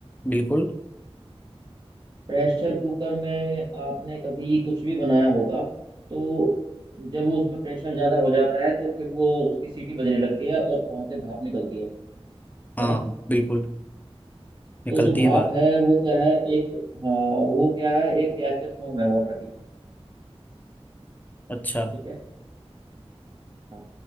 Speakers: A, on the left (about 15°); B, on the right (about 45°).
A: बिल्कुल
B: प्रेशर कुकर में आपने कभी कुछ भी बनाया होगा तो जब वो उसमें प्रेशर ज्यादा हो जाता है तो फिर वो उसकी सीटी बजने लगती है और वहां से भाप निकलती है
A: हाँ
B: है ना
A: बिल्कुल निकलती
B: तो जो भाप
A: है बात
B: है वो क्या है एक हाँ वो क्या है एक गैसियस फॉर्म है वाटर की
A: अच्छा
B: ठीक है हाँ